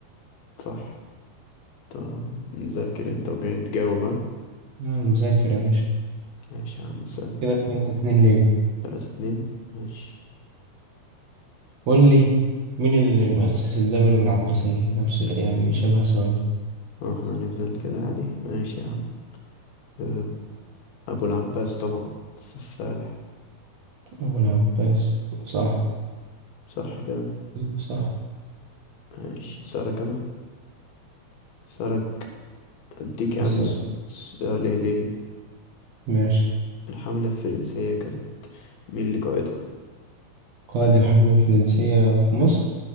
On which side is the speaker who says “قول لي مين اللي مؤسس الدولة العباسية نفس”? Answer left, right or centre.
Right